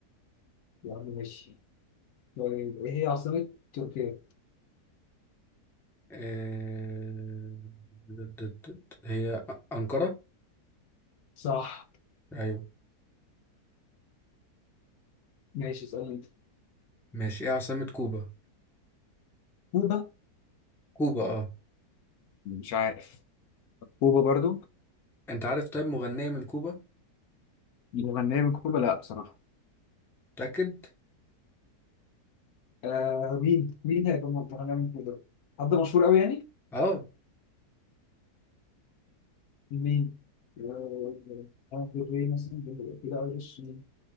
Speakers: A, on the left; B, in the centre.
A: يا عم ماشي طيب ايه هي عاصمة تركيا؟
B: آه... د- د- د- هي أ- أنقرة
A: صح
B: ايوه
A: ماشي اسألني انت
B: ماشي ايه عاصمة كوبا
A: كوبا
B: كوبا اه
A: مش عارف كوبا برضو
B: انت عارف طيب مغنية من كوبا
A: مغنية من كوبا لا بصراحة
B: متأكد
A: آه مين مين هيبقى مطلع من كوبا؟ حد مشهور قوي يعني؟
B: اه
A: مين؟ آه، آه، دري مثلا كده ايرش مين؟